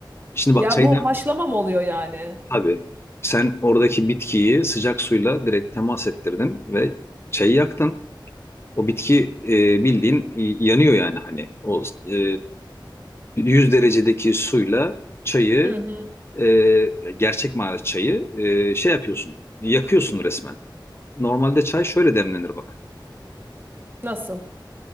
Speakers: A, on the left (about 30°); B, on the right (about 25°).
A: Şimdi
B: Ya
A: bak çaydan
B: bu haşlama mı oluyor yani?
A: tabii sen oradaki bitkiyi sıcak suyla direkt temas ettirdin ve çayı yaktın. O bitki e, bildiğin yanıyor yani hani o e, 100 derecedeki suyla çayı
B: Hı hı.
A: e, gerçek manada çayı e, şey yapıyorsun yakıyorsun resmen. Normalde çay şöyle demlenir bak.
B: Nasıl?